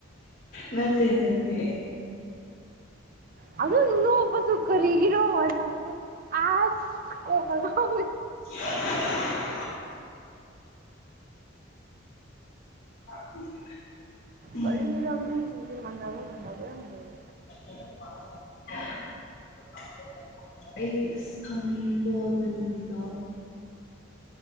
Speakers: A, on the left; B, on the right.
A: ꯅꯠꯇꯦ ꯅꯠꯇꯦꯠꯇꯦ
B: ꯑ ꯑꯗꯨ ꯅꯣꯛꯄꯥꯁꯨ ꯀꯔꯤꯒꯤꯔꯣ ꯃꯥꯅꯕꯗꯨ ꯑꯁ ꯀꯣꯛꯀꯥ ꯉꯎ ꯏ
A: <unintelligible> <unintelligible>
B: ꯀꯔꯤꯒꯤꯅꯣ ꯃꯤ ꯁꯤꯡ ꯁꯦ ꯃꯥꯅꯕ ꯃꯥꯅꯕ ꯌꯥꯝ ꯂꯩ
A: ꯦꯦ <unintelligible> ꯑꯩ ꯑꯁ ꯈꯪꯅꯤꯡꯉꯤꯀꯣ ꯑꯗꯨꯅꯕꯤꯗꯣ